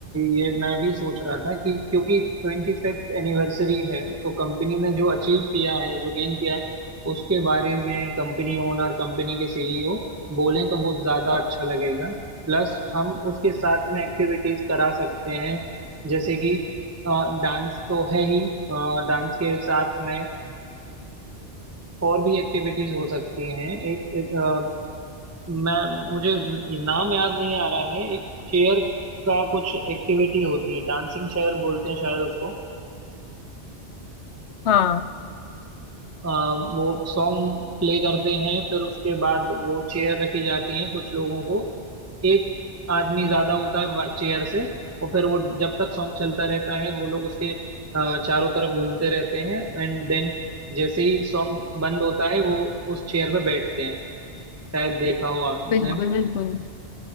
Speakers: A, on the right; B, on the left.
A: ये मैं भी सोच रहा था कि क्योंकि ट्वेंटी फिफ्थ एनिवर्सरी है तो कंपनी ने जो अचीव किया है जो गेन किया है उसके बारे में कंपनी ओनर कंपनी के सीईओ बोलें तो वो ज्यादा अच्छा लगेगा प्लस हम उसके साथ में एक्टिविटीज करा सकते हैं जैसे कि डांस तो है ही डांस के साथ में और भी एक्टिविटीज हो सकती हैं एक, एक अ, मैं मुझे ये नाम याद नहीं आ रहा है एक चेयर का कुछ एक्टिविटी होती है डांसिंग चेयर बोलते हैं शायद उसको
B: हाँ
A: अ, वो सॉन्ग प्ले करते हैं फिर उसके बाद वो चेयर रखी जाती है कुछ लोगों को एक आदमी ज्यादा होता है चेयर से और फिर वो जब तक सॉन्ग चलता रहता है वो लोग उसके अ, चारों तरफ घूमते रहते हैं एंड देन जैसे ही सॉन्ग बंद होता है वो उस चेयर पे बैठते हैं शायद देखा हो आपने
B: बिल्कुल बिल्कुल